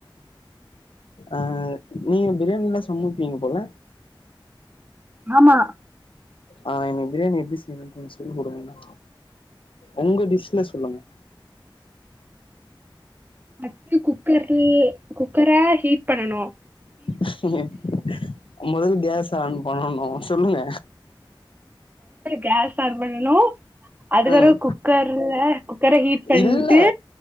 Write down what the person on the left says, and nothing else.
ஆஹ நீங்க பிரியாணிலாம் சமப் பீங்க போல
ஆஹ் என்னை பிரியாணி எப்படி செய்யணும்னு கொஞ்சம் சொல்லி கொடுங்கா உங்க டிஷ்ல சொல்லுங்க
க்குங் முதல்ல கேஸ் ஆன் பண்ணணும் ஓ சொல்லுங்க
உம்
இல்ல